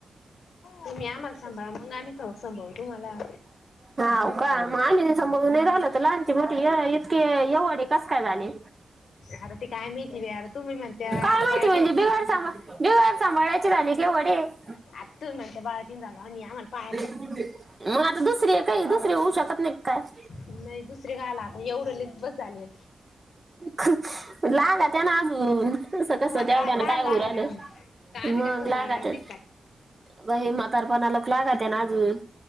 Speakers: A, on the left (about 80°); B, on the right (about 30°).
A: तुम्ही आम्हाला सांभाळा मग आम्ही खऊ संभवू तुम्हाला.
B: हो का मग आम्ही त सून नाही राहिल तर लहानचे मोट इतके एवढ कस काय झाले.
A: आता ते काय माहिती बी आता तुम्ही म्हणत्या
B: काय
A: आता
B: म्हायती
A: बाळतीन
B: म्हणजे, बिगर सामा... बिगर सांभाळायचे झाले की <unintelligible>
A: आ.. तू म्हणते बाळातीन झालो आणिआमाला पाहा
B: मग... आता दुसरी ए काही दुसरी होऊ शकत नाई का काय
A: नाही दुसरे गाला आता एवढं लईच बस झाले
B: हुं... लागात्या ना अजून तसं कसं
A: तुम्हाला
B: तेवढ्यानं काय
A: लागत
B: होऊ राहिलं,
A: आहे का काय आम्ही
B: मग
A: काय सांभाळणार
B: लागतं...
A: नाही काय
B: बाई म सरपणाला <unintelligible> लागत्या ना अजून